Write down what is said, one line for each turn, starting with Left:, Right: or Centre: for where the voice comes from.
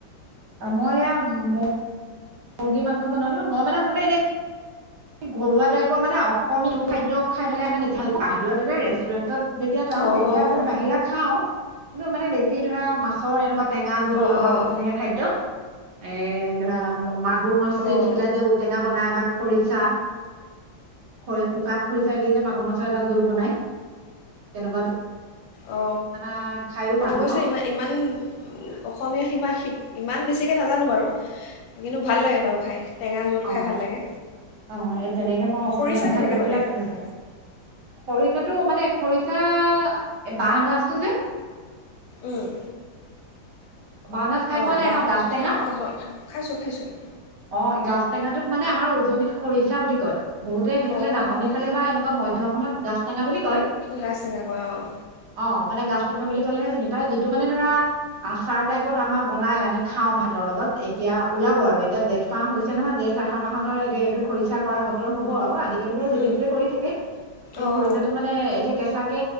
Right: মই ইয়াম ম মুৰ্গী মাংস বনালোঁ, মই মানে আচলতে এনেই ঘৰুৱা টাইপৰ মানে অসমীয়া খাদ্য খাই পেলাই মানে বেছি ভাল পা বাহিৰত যে ৰেষ্টুৰেণ্টত যেতিয়া যাওঁ
Left: অঁ
Right: তেতিয়া <unintelligible> বাহিৰা খাওঁ কিন্তু মানে বেছি ধৰা মাছৰ এনেকুৱাত টেঙা জোল
Left: অঁ
Right: আমাৰ
Left: অঁ
Right: অসমীয়া খাদ্য এ ধৰা ম <unintelligible> গুৰ মাছে
Left: অঁ
Right: দি পেলাই যে ঔটেঙা বনাই বা খৰিচা খৰি শুকান খৰিচাই দি যে মাগুৰ মাছৰ এটা দোল বনাই তেনেকুৱা
Left: অ,
Right: বিলাক খাইও
Left: মই
Right: ভাল
Left: অৱশ্যে
Right: পাওঁ
Left: ইমা ইমান অসমীয়া সীমা সিপ ইমান বেছিকৈ নাজানো বাৰু, কিন্তু ভাল লাগে বাৰু খাই। টেঙা জোল খাই
Right: অ
Left: ভাল লাগে
Right: অ এই তেনেকে মই অসমীয়া
Left: খৰিচা
Right: খাদ্যয়বলাক
Left: কেনেকৈ বনায়
Right: সজ শৰিত টো মানে খৰিচা বাঁহ গাজটো যে
Left: উম
Right: বাঁহ গাজ খাই
Left: অঁ
Right: পোৱা নাই
Left: বাহ
Right: ন গাজ টেঙা
Left: অঁ অঁ ব খাইছোঁ খাইছোঁ
Right: অ গাজ টেঙাটোক মানে আমাৰ উজনিত খৰিচা বুলি কয়। বহুতে সেইফালে
Left: অঁ
Right: নামনি ফালে বা এনেকুৱা মধ্য অসমত গজ টেঙা বুলি কয়
Left: গাজ টেঙা কয় অঁ।
Right: অ মানে গাজ টেঙা বুলি ক'লেহে চিনি পাই, যিটো মানে ধৰা আচ খাৰ টাইপত আমাৰ বনাই আমি খাওঁ ভাতৰ লগত এতিয়া ওলাব আৰু এতিয়া জেঠ পাহ হৈছে নহয়, জেঠ আহাৰ মাহত আৰু <unintelligible> এইটো খৰিচা কৰা বতৰ হ'ব আৰু আদি সেইটো বাৰু যেতিয়া
Left: অঁ
Right: তেতিয়াই কৰি থাকে, সেই
Left: অঁ
Right: খৰিচাটো মানে এতিয়া কেঁচাকে